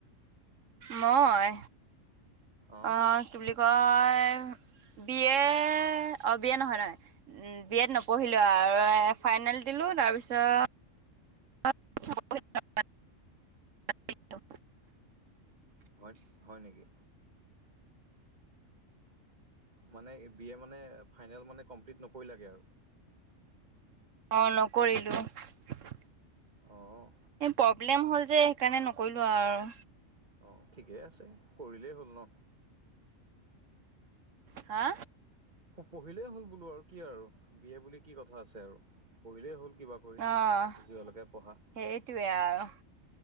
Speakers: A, on the right; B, on the right.
A: মই
B: অ'
A: আহ কি বুলি কয় বি এ, অ, বি এ নহয়-নহয়। উম, বি এড নপঢ়িলো আৰু এ ফাইনেল দিলো। তাৰ পিছত <unintelligible>
B: হয়-হয় নেকি? মানে বি এ মানে ফাইনেল মানে কমপ্লিট নকৰিলাগে আৰু।
A: অ, নকৰিলো এ প
B: অ'
A: প্ৰব্লেম হ'ল যে সেইকাৰণে নকৰিলো আৰু।
B: অ, ঠিকেই আছে কৰিলেই হ'ল ন।
A: হা?
B: পঢ়িলেই হ'ল বোলো আৰু কি আৰু বিয় বুলি কি কথা আছে আৰু পঢ়িলেই হ'ল কিবা পৰি
A: অঁ
B: জলৈকে পঢ়া
A: সেইটোৱে আৰু